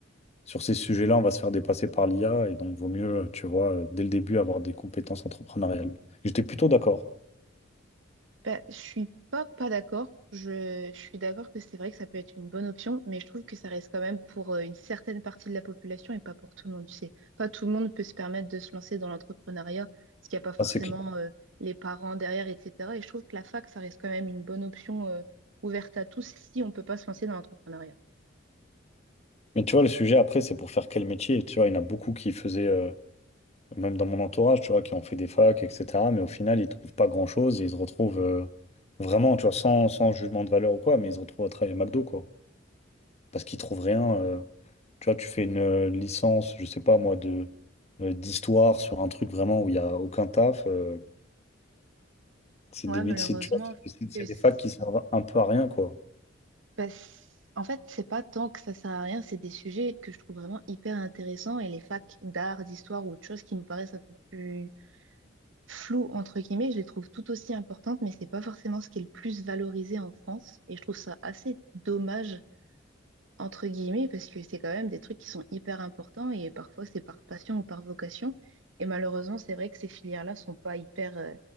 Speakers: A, on the left; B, on the right.
A: sur ces sujets-là, on va se faire dépasser par l'IA et donc vaut mieux, tu vois, euh, dès le début avoir des compétences entrepreneuriales. J'étais plutôt d'accord.
B: Bah, je suis pas pas d'accord. Je, je suis d'accord que c'est vrai que ça peut être une bonne option, mais je trouve que ça reste quand même pour euh, une certaine partie de la population et pas pour tout le monde. Tu sais, pas tout le monde peut se permettre de se lancer dans l'entrepreneuriat parce qu'il n'y a pas forcément
A: Ah, c'est clair.
B: euh, les parents derrière, etc. Et je trouve que la fac, ça reste quand même une bonne option euh, ouverte à tous si on peut pas se lancer dans l'entrepreneuriat.
A: Mais tu vois, le sujet après, c'est pour faire quel métier? Tu vois, il y en a beaucoup qui faisaient, euh, même dans mon entourage, tu vois, qui ont fait des facs, etc. Mais au final, ils trouvent pas grand-chose et ils se retrouvent euh, vraiment, tu vois, sans, sans jugement de valeur ou quoi, mais ils se retrouvent à travailler à McDo, quoi. Parce qu'ils trouvent rien. euh, tu vois, tu fais une euh, licence, je sais pas moi, de euh, d'histoire sur un truc vraiment où il y a aucun taf. euh, c'est
B: Ouais,
A: des, mét-
B: malheureusement,
A: c'est tu vois,
B: je trouve
A: c'est c'est
B: que
A: des
B: c'est-
A: facs qui servent un peu à rien, quoi.
B: bah, c'est- en fait, c'est pas tant que ça sert à rien, c'est des sujets que je trouve vraiment hyper intéressants et les facs d'art, d'histoire ou autre chose qui nous paraissent un peu plus floues, entre guillemets, je les trouve tout aussi importantes, mais c'est pas forcément ce qui est le plus valorisé en France. Et je trouve ça assez dommage, entre guillemets, parce que c'est quand même des trucs qui sont hyper importants et parfois c'est par passion ou par vocation. Et malheureusement, c'est vrai que ces filières-là sont pas hyper, euh,